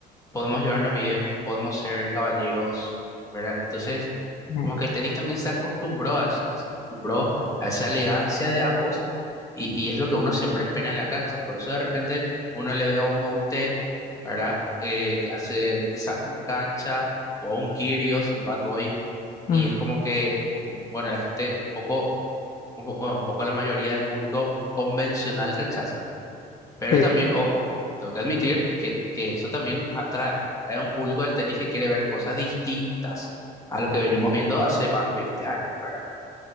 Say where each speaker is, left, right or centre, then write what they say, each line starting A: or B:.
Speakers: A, on the left; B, on the left.
A: podemos llevarnos bien, podemos ser caballeros, ¿verdad? Entonces,
B: Mm.
A: como que el tenis también se acostumbró a eso, se acostumbró a esa elegancia de ambos y, y es lo que uno siempre espera en la cancha. Por eso de repente uno le ve a un Moutet, ¿verdad? Eh, que hace un desastre en la cancha o a un Kyrgios, el bad boy,
B: Mm,
A: y es como que, bueno, la gente un poco, un po- bueno, un poco la mayoría del público convencional rechaza. Pero
B: sí.
A: también, ojo, tengo que admitir que, que eso también atrae, atrae a un público del tenis que quiere ver cosas distintas a lo que venimos viendo hace más de 20 años, ¿verdad?